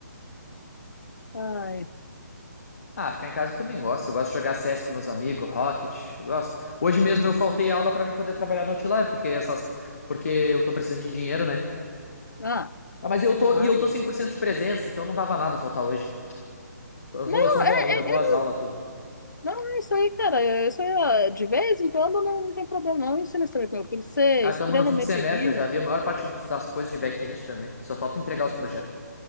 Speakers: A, on the left; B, on the left.
A: Ai,
B: Ah, ficar em casa eu também gosto. Eu gosto de jogar CS com meus amigos, Rocket, eu gosto. Hoje mesmo eu faltei aula pra mim poder trabalhar no Outlier, porque essas porque eu tô precisando de dinheiro, né?
A: ah,
B: Ah, mas eu tô
A: ah,
B: e eu tô
A: não.
B: cem por cento de presença, então não dava nada faltar hoje. Então Eu
A: Não,
B: vou, eu sou um
A: é,
B: bom
A: é-
B: aluno, eu vou às
A: é-
B: aulas tudo.
A: não, é isso aí, cara. é Isso aí, ó, de vez em quando não, não tem problema, não. Ensina isso também pro meu filho. Ser
B: Ah,
A: extremamente
B: estamos no fim de semestre,
A: rígido.
B: eu já vi a maior parte dos- das coisas de back-end também. Só falta entregar os projetos.